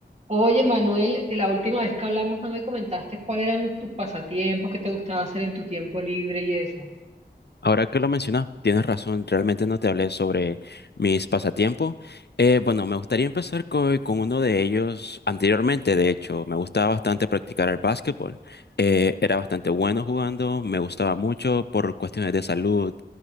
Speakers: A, on the right; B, on the left.
A: Oye, Manuel, la última vez que hablamos no me comentaste cuáles eran tus pasatiempos, qué te gustaba hacer en tu tiempo libre y eso.
B: Ahora que lo mencionas, tienes razón, realmente no te hablé sobre mis pasatiempos. Eh, bueno, me gustaría empezar co- con, uno de ellos anteriormente, de hecho, me gustaba bastante practicar el básquetbol. Eh, era bastante bueno jugando, me gustaba mucho por cuestiones de salud,